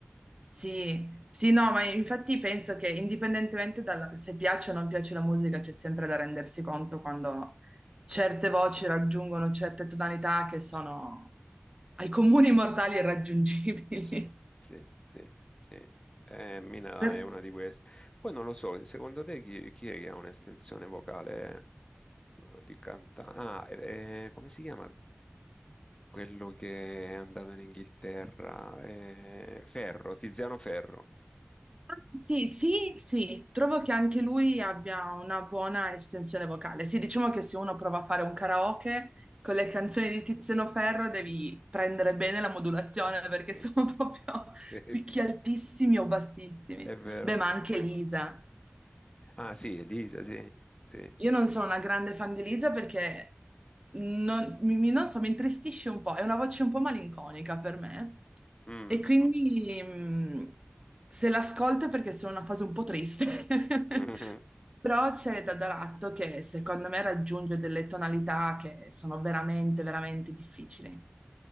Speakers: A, on the right; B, on the left.
A: Sì, sì, no, ma infatti penso che indipendentemente dalla, se piace o non piace la musica, c'è sempre da rendersi conto quando certe voci raggiungono certe tonalità che sono
B: Sì,
A: ai comuni mortali irraggiungibili.
B: sì, sì, sì, sì. Eh, Mina
A: <laughs>
B: è una di queste. Poi non lo so, secondo te chi, chi è che ha un'estensione vocale? di cantante. Ah, eh, eh, come si chiama? Quello che è andato in Inghilterra. eh, Ferro, Tiziano Ferro.
A: Sì, sì, sì, trovo che anche lui abbia una buona estensione vocale. Sì, diciamo che se uno prova a fare un karaoke con le canzoni di Tiziano Ferro devi prendere bene la modulazione perché
B: Sì,
A: sono
B: <laughs>
A: <laughs> proprio
B: sì,
A: picchi
B: sì,
A: altissimi o bassissimi.
B: è vero.
A: Beh, ma anche Lisa.
B: Ah, sì, Elisa, sì, sì.
A: Io non sono una grande fan di Elisa perché non, mi, mi- non so, mi intristisce un po', è una voce un po' malinconica per me
B: Mm.
A: e quindi mh, se l'ascolto è perché sono in una fase un po' triste. <laughs>
B: <laughs>
A: Però c'è Dadatto che secondo me raggiunge delle tonalità che sono veramente, veramente difficili.